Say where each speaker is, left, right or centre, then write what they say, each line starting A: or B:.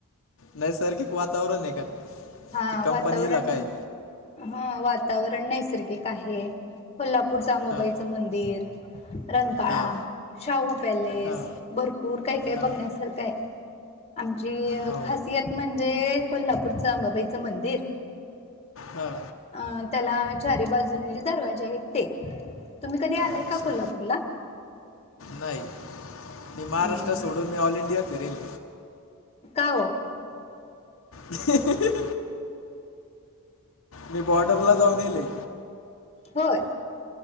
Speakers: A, on the left (about 60°); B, on the left (about 30°).
A: नैसर्गिक वातावरण आहे का,
B: हा
A: की कंपनी
B: वातावरण
A: इलाका हाय?
B: हा वातावरण नैसर्गिक आहे, कोल्हापूरचं आंबाबाईचं
A: हां
B: मंदिर. रंकाळा.
A: हां
B: शाहू पॅलेस,
A: हां
B: भरपूर काही काही
A: हां
B: बघण्यासारखं हाय. आमची
A: हो
B: खासियत म्हणजे कोल्हापूरचं अंबाबाईचं मंदिर.
A: हा.
B: अ त्याला चारी बाजून दरवाजे आहेत ते. तुम्ही कधी आलाय
A: अच्छा
B: का कोल्हापूरला?
A: नाही, मी महाराष्ट्र
B: हम्म
A: सोडून मी ऑल इंडिया फिरेल.
B: का ओ?
A: ह मी बॉर्डरला जाऊन येेले.
B: होय.